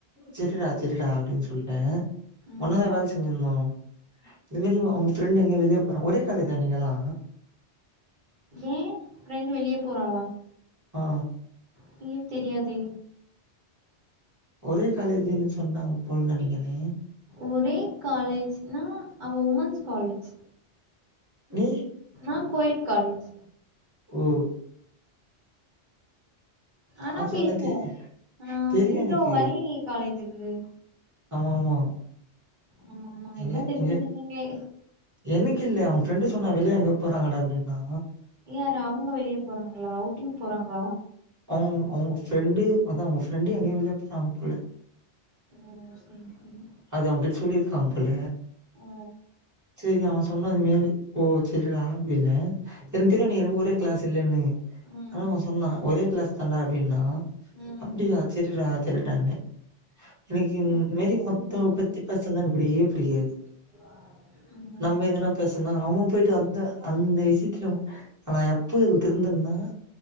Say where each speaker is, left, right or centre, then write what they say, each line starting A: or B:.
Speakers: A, on the right; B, on the right.
A: செரிடா செரிடா அப்டின்னு சொல்ட்டே
B: ம்
A: ஒன்னாதா வேல செஞ்சிருந்தோ இது மேரி அவங்க ஃப்ரெண்ட் எங்க வெளிய போறா ஒரே காலேஜ்ஜா நீங்களா
B: ஏ ஃபிரெண்ட்டு வெளியே போறாளா
A: ஆ
B: <unintelligible> தெரியாதே
A: ஒரே காலேஜ்ன்னு சொன்னாங்க போலு நெனைக்கிறே
B: ஒரே காலேஜ்னா அவ உமன்ஸ் காலேஜ்
A: நீ
B: ஆ கோயேட் காலேஜ்
A: ஓ
B: ஆனா
A: நா சொன்னே
B: பேசுவோ
A: தெ
B: ஆனா
A: தெரியு
B: இன்னிக்கி
A: எனக்கு
B: அவ வரலையே காலேஜுக்கு
A: ஆமா ஆமா
B: ஆமா ஆமா
A: எங்க
B: எல்லா தெரிஞ்சு
A: எங்க
B: செய்வீங்களே
A: எனக்கு இல்ல அவ ஃப்ரெண்டு் சொன்னா வெளியே அங்க போறாங்கடா அப்டின்னா
B: யாரு அவங்க வெளியே போறாங்களா அவுட்டிங் போறாங்களா
A: அவங்க உங்க ஃப்ரெண்டு அதா உங்க ஃப்ரெண்டு எங்கயோ வெளிய போறாங்க போல
B: ஓ சேரி சேரி
A: அத அவங்ட்ட சொல்லிருக்காங்க போல
B: ஓ
A: செரி அவன் சொன்ன அது மேரி ஓ சரிலா ஆப்பில்ல என்
B: ம்
A: தெரியு நீங்க ரெண்டு பேரும் ஒரே கிளாஸ் இல்லன்னு
B: ம்
A: ஆனா அவன் சொன்னா ஒரே கிளாஸ் தாண்டா அப்டின்னா
B: ம்
A: அப்டியா சேரிடா சேரிடாண்ணே எனக்கு இந்த
B: ஓ
A: மேரி மொத்த
B: ம்
A: பத்தி பசங்கப் புடிக்கவே புடிக்காது
B: ம்
A: நம்ம எதன பேசனா அவன் போயிட்டு வந்து அந்த விஷயத்துல ஆவே எப்பவ் இப் திருந்தன்னா